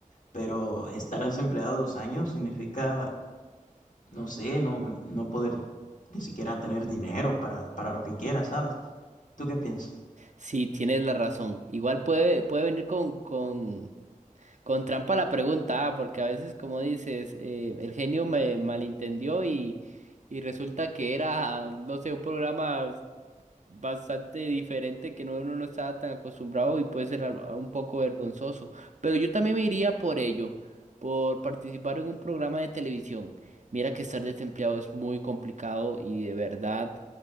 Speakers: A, on the left; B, on the right.
A: pero estar desempleado 2 años significa, no sé, no no poder ni siquiera tener dinero para para lo que quiera, ¿sabes? ¿Tú qué piensas?
B: Sí, tienes la razón. Igual puede, puede venir con, con, con trampa la pregunta, ah, porque a veces, como dices, eh, el genio me malentendió y, y resulta que era, no sé, un programa bastante diferente que no, uno no estaba tan acostumbrado y puede ser al- a- un poco vergonzoso. Pero yo también me iría por ello, por participar en un programa de televisión. Mira que estar desempleado es muy complicado y de verdad.